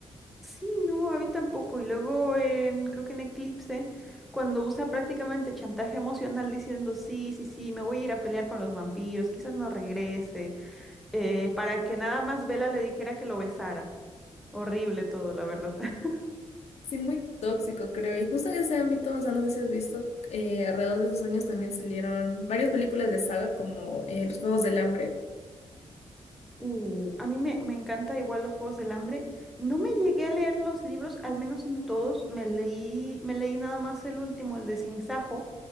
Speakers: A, in the centre; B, on the left.
A: Sí, no, a mí tampoco. Y luego en, creo que en Eclipse, cuando usa prácticamente chantaje emocional diciendo, sí, sí, sí, me voy a ir a pelear con los vampiros, quizás no regrese. eh, para que nada más Bella le dijera que lo besara. Horrible todo, la verdad. <laughs>
B: Sí, muy tóxico, creo. Y justo en ese ámbito, o sea, no sé si has visto, eh, alrededor de esos años también salieron varias películas de saga como eh, Los Juegos del Hambre
A: Uh, a mí me, me encanta igual los Juegos del Hambre. No me llegué a leer los libros, al menos no todos. Me leí, me leí nada más el último, el de Sinsajo,